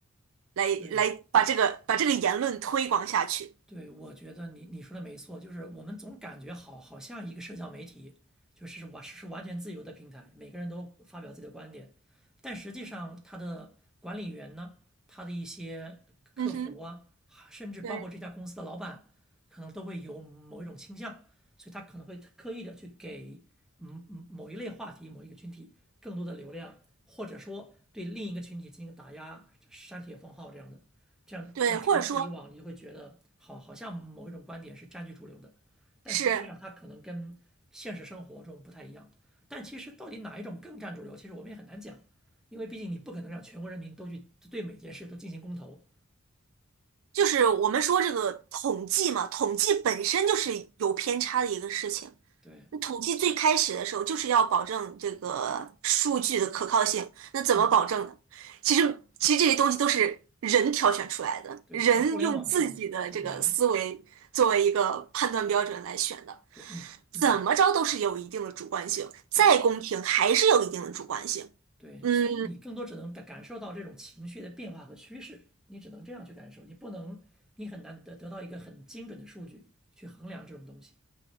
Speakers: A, on the right (about 75°); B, in the centre.
A: 来来把这个把这个言论推广下去。
B: 对，对，我觉得你你说的没错，就是我们总感觉好好像一个社交媒体就是完是完全自由的平台，每个人都发表自己的观点，但实际上它的管理员呢，他的一些客服啊，
A: 嗯哼。
B: 甚至包括这家公司的老板，
A: 对。
B: 可能都会有某一种倾向，所以他可能会刻意的去给嗯嗯某一类话题、某一个群体更多的流量，或者说对另一个群体进行打压、删帖封号这样的。这样这样长此以往，
A: 对，或者说
B: 你就会觉得好好像某一种观点是占据主流的，但实际上它可能跟现实生活中不太一样。
A: 是
B: 但其实到底哪一种更占主流，其实我们也很难讲，因为毕竟你不可能让全国人民都去对每件事都进行公投。
A: 就是我们说这个统计嘛，统计本身就是有偏差的一个事情。
B: 对，
A: 那统计最开始的时候就是要保证这个数据的可靠性，那怎么保证呢？
B: 嗯，
A: 其实其实这些东西都是人挑选出来的，
B: 对，
A: 人用自己的这个思维作为一个判断标准来选的，
B: 在互联网上很难。对你，
A: 怎么着都是有一定的主观性，
B: 嗯，
A: 再公平还是有一定的主观性。
B: 对对，
A: 嗯，
B: 所以你更多只能感感受到这种情绪的变化和趋势，你只能这样去感受，你不能，你很难得得到一个很精准的数据去衡量这种东西。